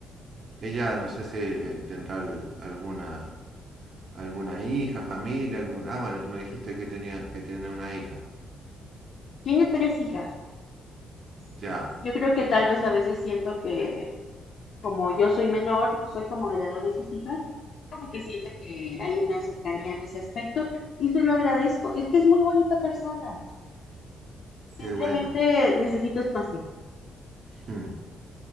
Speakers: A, on the right (about 50°); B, on the left (about 60°).
A: ella no sé si eh, tendrá alguna alguna hija, familia, algún ah bueno tú me dijiste que tenía que tiene una hija.
B: Tiene tres hijas.
A: Ya,
B: Yo creo que tal vez a veces siento que como yo soy menor, soy como de la edad de sus hijas, como que siento que hay una cercanía en ese aspecto y se lo agradezco. Es que es muy bonita persona,
A: qué
B: simplemente
A: bueno.
B: necesito espacio.
A: Hmm.